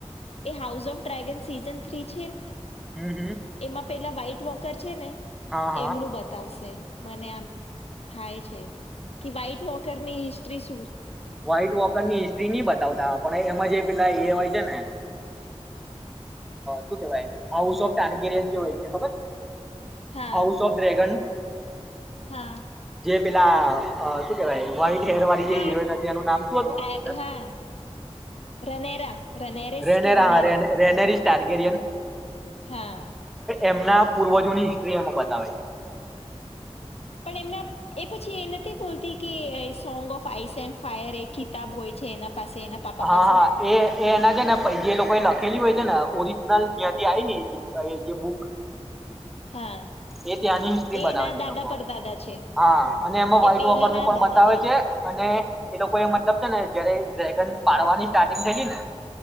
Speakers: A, on the left (about 65°); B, in the centre.
A: એ house of dragon season three છે ને
B: હમ હમ
A: એમાં પેલા વાઈટ વોકર છે ને
B: હા હા
A: એમનું બતાવશે. મને આમ થાય છે. કે વાઈટ વોકર ની ત્રિસુત
B: વાઇટ વોકરની બતાવતા પણ એમાં જે પેલા એ હોય છે ને શું કેવાય હાઉસ ઓફ ટારકેરિયન જે હોય છે ખબર છ
A: હા
B: હાઉસ ઓફ ડ્રેગન
A: હા.
B: જે પેલા શું કેવાય વ્હાઈટ હેર વાળી
A: હા
B: જે હીરોઈન હતી એનું નામ શું
A: ટાય
B: હતું અ
A: હા રનેરા. રનેરેસ
B: રેનેરા
A: કે રનેરા
B: હા રેને રેનેરીશ. ટારગેરિયન.
A: હા.
B: એમના પૂર્વજોની હિસ્ટ્રી એમા બતાવે છે.
A: પણ એમના એ પછી એ નથી બોલતી કે એ song of ice and fire એક કિતાબ હોય છે એના પાસે એના પાપા
B: હા,
A: પાસે
B: હા એ-એ એના છે ને પહી જે લોકો લખેલી હોય છે ને ઓરિજનલ જ્યાંથી આઈ ને જી એ જે બુક
A: હા
B: એ ત્યાંની હિસ્ટ્રી બતાવે
A: એના
B: છે
A: દાદા
B: એ લોકો.
A: પરદાદા છે
B: હા અને એમાં વ્હાઈટ
A: એ પેલીના
B: વપર નું પણ
A: દાદા
B: બતાવે
A: પર
B: છે અને એ લોકો એ મતલબ છે ને જયારે ડ્રેગન પાડવાની સ્ટાર્ટિંગ થયેલી ને